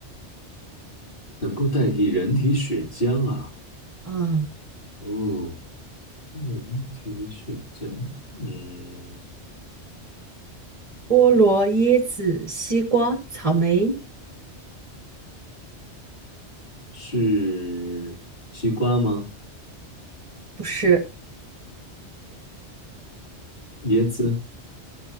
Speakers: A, on the left; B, on the right.
A: 能够代替人体血浆啊，
B: 啊、
A: 哦，人体血浆，嗯。
B: 菠萝、椰子、西瓜、草莓，
A: 是西瓜吗？
B: 不是，
A: 椰子